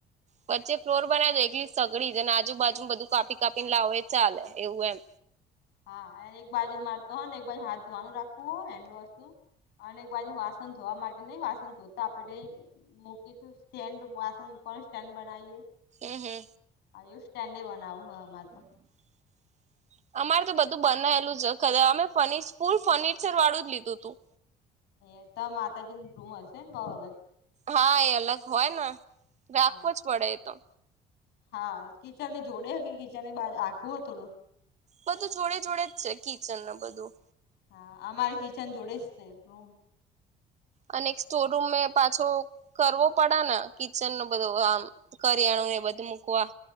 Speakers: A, on the right; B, on the left.
A: વચ્ચે ફ્લોર બનાવી દો, એ એકટલી સગડી જ અને આજુબાજુ બધું કાપી કાપીને લાવોએ ચાલે એવું એમ.
B: હા એ એક બાજુ મારતો હોને એકબાજુ હાથ ધોવાનું રાખવું હો હેન્ડવોશ નું. અને એક બાજુ વાસણ ધવા માટે નઈ વાસણ ધોતા આપડે મૂકી તું સ્ટેન્ડ વાસણ મુકવાનું સ્ટેન્ડ બનાવીએ.
A: એહે
B: આયુ ષ્ટેન્ડે બનાવું હ અમાર તો.
A: <inaudible> અમારે તો બધું બનાયેલું જખર અમે ફનીચર ફૂલ ફર્નિચરવાળું જ લીધું હતું.
B: એતો માતાજીની રૂમ હશે ને બહુ અલગ.
A: હા એ અલગ હોયને રાખવો
B: હા
A: જ પડે એતો.
B: હા કિચનને જોડે હેકે કિચન આખું હો થોડો.
A: બધું જોડે જોડે જ છે કિચન નો બધું.
B: હા અમર કિચન જોડે છે રૂમ
A: અને એક સ્ટોર રૂમ મે પાછો કરવો પડ ના કિચન નો બધો આમ. કરિયાણું ને એ બધું મૂકવા.